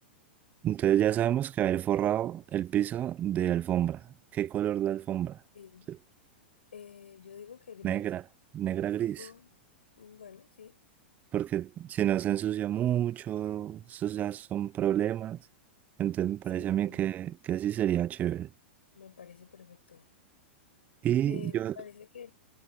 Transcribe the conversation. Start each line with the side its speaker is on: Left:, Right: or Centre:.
Right: Entonces ya sabemos que va a ir forrado el piso de alfombra. ¿Qué color la alfombra?
Left: sí.
Right: Sí.
Left: Eh, yo digo que gris.
Right: Negra, negra gris.
Left: O, mm, bueno, sí,
Right: porque si no se ensucia mucho, esos ya son problemas. Entonces me parece
Left: sí,
Right: a
Left: sí,
Right: mí
Left: sí,
Right: que, que sí sería chévere.
Left: me parece perfecto.
Right: Y
Left: Eh,
Right: yo,
Left: me parece que,